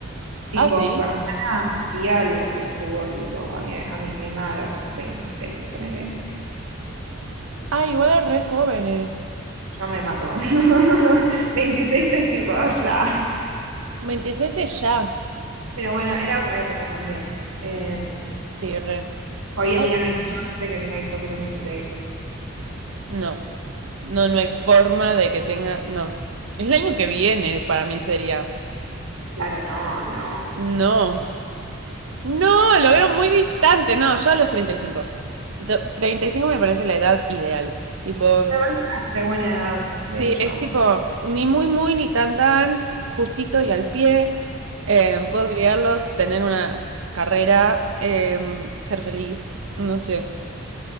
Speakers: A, on the right (about 80°); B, on the right (about 70°).
A: Tipo,
B: Ah, sí.
A: su hermana, mi tía, lo, lo tuvo tipo a mi, a mi prima a los 26, ponele.
B: Ah, igual es re jóvenes.
A: Yo me mato. <laughs> veintiséis es tipo ya.
B: veintiséis es ya.
A: Pero bueno, era otra época también. Eh,
B: Sí, re.
A: hoy en
B: Ay,
A: día no hay chance de que tenga hijos a los veintiséis
B: no. No, no hay forma de que tenga. No. Es el año que viene, para mí sería.
A: Claro, no, no.
B: No. No, lo veo muy distante. No, yo a los treinta y cinco Tipo, 35 me parece la edad ideal. Tipo,
A: Me parece una re buena edad,
B: Sí,
A: de hecho.
B: es tipo ni muy muy ni tan tan, justito y al pie. Em, puedo criarlos, tener una carrera, em, ser feliz, no sé.